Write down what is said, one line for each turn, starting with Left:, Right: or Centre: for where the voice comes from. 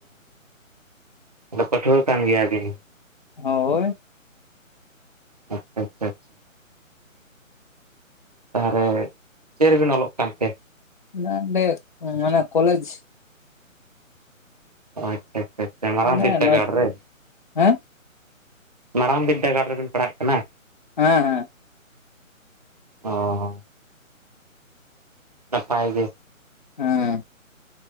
Right: ᱚ ᱟ ᱯᱟᱴᱷᱩᱭᱟᱹ ᱠᱟᱱ ᱜᱮᱭᱟ ᱵᱤᱱ?
Left: ᱦᱳᱭ
Right: ᱟᱪᱪᱷᱟ ᱟᱪᱪᱷᱟ ᱟᱪᱪᱷᱟ ᱛᱟᱦᱚᱨᱮ ᱪᱮᱫ ᱨᱮᱵᱤᱱ ᱚᱞᱚᱜ ᱠᱟᱱᱛᱮ?
Left: ᱚᱱᱟᱰᱮ ᱢᱟᱱᱮ ᱠᱚᱞᱮᱡᱽ
Right: ᱚ ᱟᱪᱪᱷᱟ ᱟᱪᱪᱷᱟ ᱟᱪᱪᱷᱟ ᱢᱟᱨᱟᱝ
Left: ᱢᱟᱱᱮ
Right: ᱵᱤᱨᱫᱟᱹ
Left: ᱱᱚᱭ
Right: ᱜᱟᱲ ᱨᱮ?
Left: ᱦᱮᱸ
Right: ᱢᱟᱨᱟᱝ ᱵᱤᱫᱽᱫᱟᱹᱜᱟᱲ ᱨᱮᱵᱤᱱ ᱯᱟᱲᱦᱟᱜ ᱠᱟᱱᱟ?
Left: ᱦᱮ ᱦᱮ
Right: ᱚ ᱱᱟᱯᱟᱭ ᱜᱮ᱾
Left: ᱦᱮᱸ